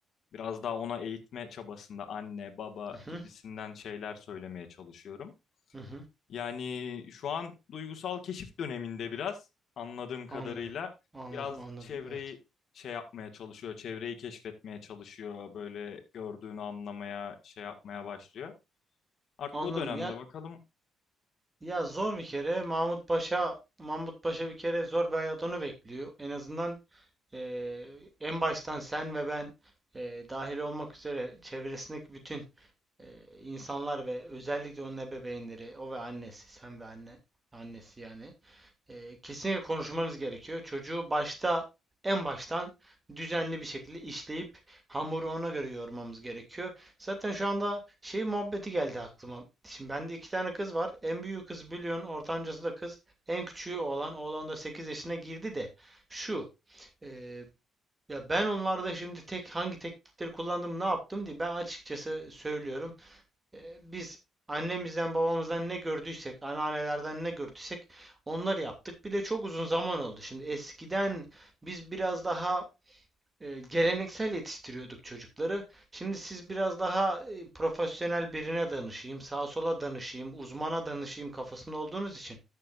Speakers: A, on the left; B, on the right.
A: biraz daha ona eğitme çabasında anne, baba
B: Hı
A: gibisinden
B: hı,
A: şeyler söylemeye çalışıyorum.
B: hı hı,
A: Yani şu an duygusal keşif döneminde biraz anladığım kadarıyla
B: anladım. Anladım,
A: biraz
B: anladım.
A: çevreyi
B: Evet.
A: şey yapmaya çalışıyor, çevreyi keşfetmeye çalışıyor, böyle gördüğünü anlamaya, şey yapmaya başlıyor. Artık
B: Anladım
A: o dönemde
B: ya.
A: bakalım
B: Ya zor bir kere Mahmut Paşa Mahmut Paşa bir kere zor bir hayat onu bekliyor. En azından e, en baştan sen ve ben e, dahil olmak üzere çevresindeki bütün e, insanlar ve özellikle onun ebeveynleri, o ve annesi, sen ve anne annesi yani e, kesinlikle konuşmanız gerekiyor. Çocuğu başta en baştan düzenli bir şekilde işleyip hamuru ona göre yoğurmamız gerekiyor. Zaten şu anda şey muhabbeti geldi aklıma. Şimdi bende iki tane kız var. En büyüğü kız biliyorsun, ortancası da kız. En küçüğü oğlan. Oğlan da 8 yaşına girdi de şu. e, ya ben onlarda şimdi tek hangi teknikleri kullandım, ne yaptım diye ben açıkçası söylüyorum. Eee, biz annemizden babamızdan ne gördüysek, anneannelerden ne gördüysek onları yaptık. Bir de çok uzun zaman oldu. Şimdi eskiden biz biraz daha e, geleneksel yetiştiriyorduk çocukları. Şimdi siz biraz daha e, profesyonel birine danışayım, sağa sola danışayım, uzmana danışayım kafasında olduğunuz için.